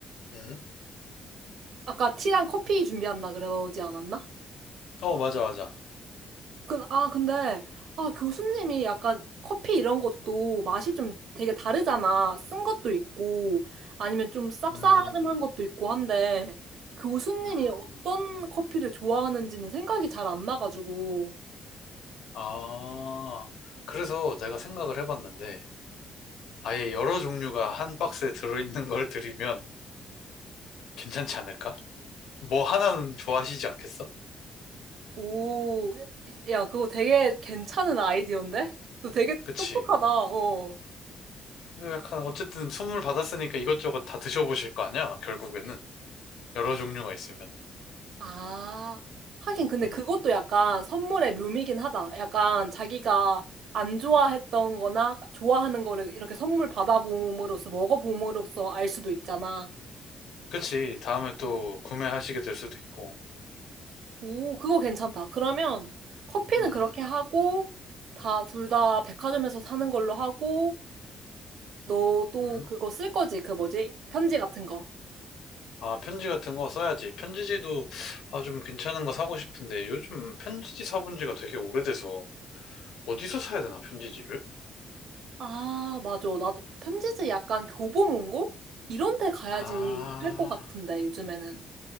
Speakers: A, on the left; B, on the right.
A: 음.
B: 아까 티랑 커피 준비한다 그러지 않았나?
A: 어, 맞아, 맞아.
B: 그 아, 근데, 아, 교수님이 약간 커피 이런 것도 맛이 좀 되게 다르잖아. 쓴 것도 있고, 아니면 좀 쌉싸름한
A: 음,
B: 것도 있고 한데, 교수님이
A: 음.
B: 어떤 커피를 좋아하는지는 생각이 잘 안 나가지고,
A: 아, 그래서 내가 생각을 해봤는데, 아예 여러 종류가 한 박스에 들어있는 걸 드리면 괜찮지 않을까? 뭐 하나는 좋아하시지 않겠어?
B: 오, 야, 그거 되게 괜찮은 아이디어인데? 너 되게
A: 그치?
B: 똑똑하다, 어.
A: 그래서 약간 어쨌든 선물 받았으니까 이것저것 다 드셔보실 거 아니야? 결국에는 여러 종류가 있으면.
B: 아, 하긴 근데
A: 음.
B: 그것도 약간 선물의 묘미긴 하다. 약간 자기가 안 좋아했던 거나 좋아하는 거를 이렇게 선물 받아봄으로써 먹어봄으로써 알 수도 있잖아.
A: 그치? 다음에 또 구매하시게 될 수도 있고.
B: 오, 그거 괜찮다. 그러면 커피는
A: 음.
B: 그렇게 하고 다 둘 다 백화점에서 사는 걸로 하고 너 또
A: 음. 음.
B: 그거 쓸 거지? 그 뭐지? 편지 같은 거.
A: 아, 편지 같은 거 써야지. 편지지도 아, 좀 괜찮은 거 사고 싶은데 요즘 편지지 사본 지가 되게 오래돼서 어디서 사야 되나, 편지지를?
B: 아, 맞아. 나도 편지지 약간 교보문고? 이런 데 가야지
A: 아,
B: 할 것 같은데 요즘에는.